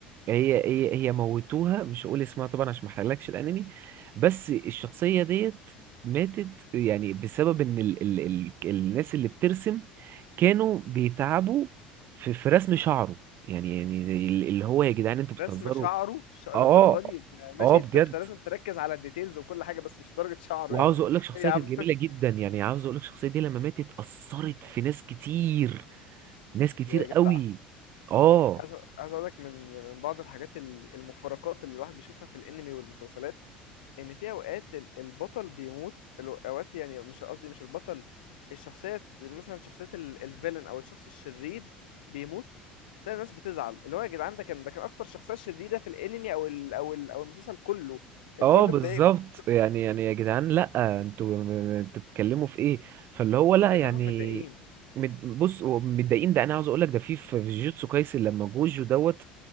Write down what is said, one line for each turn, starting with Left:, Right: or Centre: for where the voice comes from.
Right: هي هي هي موتوها مش هقول اسمها طبعا عشان ما احرقلكش الانمي بس الشخصيه ديت ماتت يعني بسبب ان ال ال ال الناس اللي بترسم كانوا بيتعبوا في في رسم شعره يعني يعني ال- اللي هو يا جدعان انتوا بتهزروا
Left: رسم شعره ش- للدرجه
Right: اه
Left: دي انت ماشي
Right: اه بجد
Left: انت أنت لازم تركز على الديتيلز وكل حاجة بس مش درجة شعره
Right: وعاوز
Left: يعني
Right: اقول لك شخصيه
Left: ايه يا عم
Right: كانت جميله
Left: <laughs>
Right: جدا يعني عاوز اقول لك الشخصيه دي لما ماتت اثرت في ناس كتير ناس كتير
Left: يا
Right: قوي
Left: جدع
Right: اه
Left: عايز عايز اقول لك من من بعض الحاجات ال- المفارقات اللي الواحد بيشوفها في الانمي والمسلسلات ان في اوقات ال- البطل بيموت ال- اوقات يعني مش قصدي مش البطل الشخصيه مثلا شخصيه ال- الفيلن او الشخص الشرير بيموت تلاقي الناس بتزعل اللي هو يا جدعان ده كان ده كان اكتر شخصيه شريره في الانمي او ال او ال او المسلسل كله انتوا
Right: اه
Left: إيه
Right: بالظبط
Left: اللي مضايقكم
Right: يعني يعني يا جدعان لا انتوا م- م- انتوا بتتكلموا في ايه فاللي هو لا
Left: وتلاقيهم
Right: يعني
Left: متضايقين
Right: مد- بص هو متضايقين ده انا عاوز اقول لك ده في في في جيتسو كايسن لما جوجو دوت